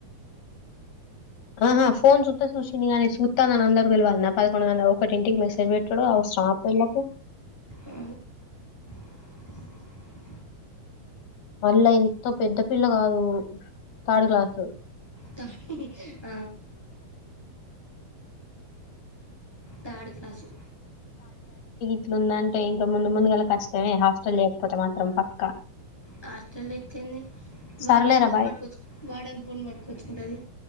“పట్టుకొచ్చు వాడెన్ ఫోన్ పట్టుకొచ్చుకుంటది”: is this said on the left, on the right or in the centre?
Centre